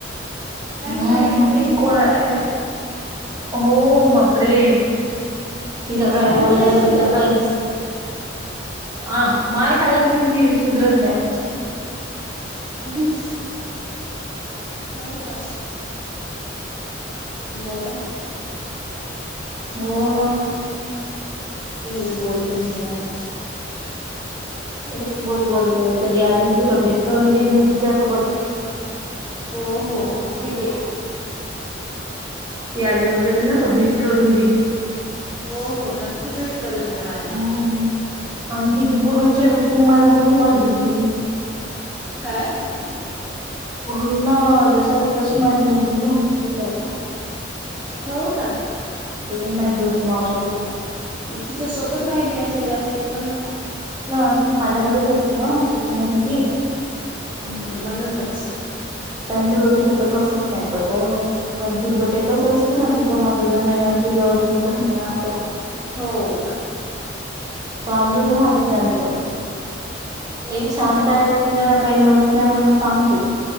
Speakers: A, in the centre; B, on the right.
A: चांगलं
B: हम्म
A: आहे की लईच
B: कोणा
A: बुलकार आहे मग.
B: हो बापरे तिला काय
A: मारत
B: बोलायला
A: नाही का
B: गेलं
A: तिला कोणी
B: काहीच. आ मार खाल्ला तिनं ती सुधरत नाही.
A: <unintelligible> हो का. बर आहे.
B: हो ना!
A: ती एवढी बोलते म्हणल्यानं
B: आचा खूपच बोलतेय कधी आली तुला भेट करून देईल मी तिच्यासोबत.
A: हो हो नक्की दे.
B: ती आली वगैरे ना त भेट करून देईन.
A: हो हो नक्की भेट करून दे माझी.
B: हूं आणि तिची पूर्णच्यावेतीने माझ्या मुली <unintelligible> दिली.
A: काय? <unintelligible>
B: पूर्ण जशासतशी माझी मुलगी झाली तिच्यासारखीच.
A: हों का?
B: हे नही माहित दोघी मावश्या कुठल्या.
A: तिच्या सोबत राहिली असेल जास्ती म्हणून.
B: ना ती माझ्याकडेच होती नां शिकण्यासाठी.
A: हुं म्हणूनच.
B: त्यांचं दोघीच तर कसंच नाही पट पण तुझ ते कसं असते ना तुझं माझं जमेना आण तुझ्या वाचून करमेना अस आहे.
A: हों!
B: चालूच राहत त्यांच.
A: हो
B: एक शांत
A: का
B: आहे तीन काही म्हणत नाही म्हणून सांगते.